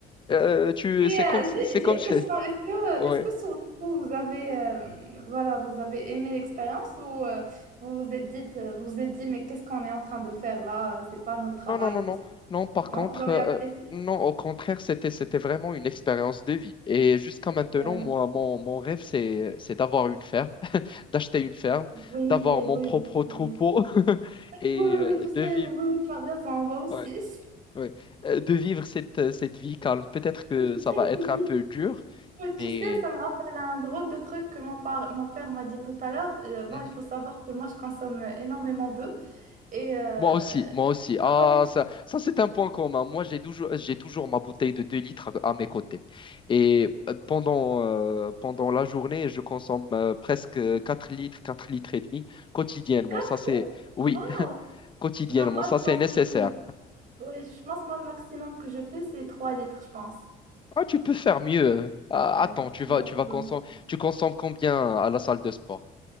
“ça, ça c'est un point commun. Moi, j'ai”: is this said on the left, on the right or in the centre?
Left